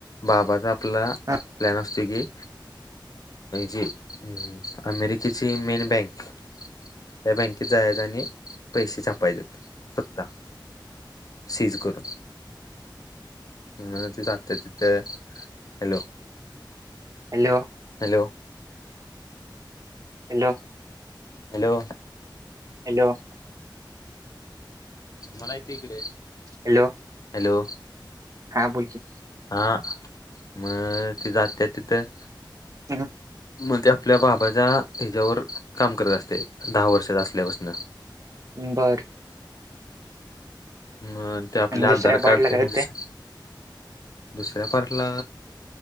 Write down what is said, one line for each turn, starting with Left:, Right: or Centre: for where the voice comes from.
Left: बाबाचा आपला
Right: हं
Left: प्लॅन असतो की. जे अमेरिकेची मेन बँक. या बँकेत जाय आणि पैसे छप. उपाय सकता सीज करून. म्ह त जातते तिथे hello.
Right: Hello.
Left: Hello.
Right: Hello.
Left: Hello.
Right: Hello.
Left: मला यती इकडे.
Right: हॅलो.
Left: हॅलो.
Right: हा बोलकी.
Left: हा मग ते जात तिथं.
Right: ह.
Left: म्हणजे आपल्या बाबाच्या ह्याच्यावर काम करत असते दहा वर्षाचा असल्यापासून
Right: बरं.
Left: म ते आपले
Right: आणि दुसऱ्या
Left: आधार
Right: पार्टला
Left: कार्डचे
Right: काय
Left: म्हणजे.
Right: होतंय
Left: दुसऱ्या पारटला.